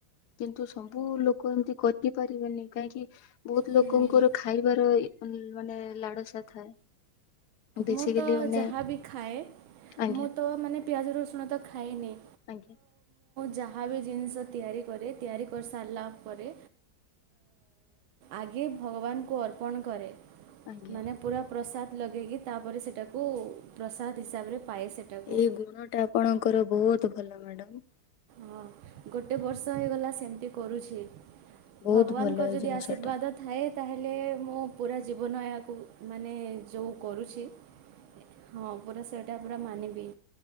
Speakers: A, on the left; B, on the right.
A: କିନ୍ତୁ ସବୁ ଲୋକ ଏମିତି କରି ପାରିବେନି, କାହିଁକି ବହୁତ
B: ହୁଁ
A: ଲୋକଙ୍କର
B: ହୁଁ
A: ଖାଇବାର ମାନେ ମାନେ ଲାଳସା ଥାଏ। ବେସିକାଲି
B: ମୁଁ ତ
A: ମାନେ
B: ଯାହାବି ଖାଏ
A: ଆଜ୍ଞା
B: ମୁଁ ତ ମାନେ ପିଆଜ ରସୁଣ ତ ଖା ଖାଏନି।
A: ଆଜ୍ଞା
B: ଯାହା ବି ଜିନିଷ ତିଆରି କରେ ତିଆରି କରିସାରିଲା ପରେ ଆଗେ ଭଗବାନଙ୍କୁ ଅର୍ପଣ କରେ।
A: ଆଜ୍ଞା
B: ମାନେ ପୁରା ପ୍ରସାଦ ଲାଗେଇକି। ତାପରେ ସେଟାକୁ ପ୍ରସାଦ ହିସାବରେ ପାଏ ସେଟାକୁ
A: ଏଇ ଗୁଣ ଟା ଆପଣଙ୍କର ବହୁତ ତ ଭଲ ମ୍ୟାଡ଼ାମ।
B: ହଁ ଗୋଟେ ବର୍ଷ ହେଇଗଲା ସେମିତି କରୁଛି।
A: ବହୁତ
B: ଭଗବାନଙ୍କର
A: ଭଲ ଏଇ
B: ଯଦି
A: ଜିନିଷ
B: ଆଶୀର୍ବାଦ
A: ଟା
B: ଥାଏ ତାହେଲେ ମୁଁ ପୁରା ଜୀବନ ଏହାକୁ ମାନେ ଯୋଉ କରୁଛି ହଁ ପୁରା ସେଇଟା ପୁରା ମାନିବି।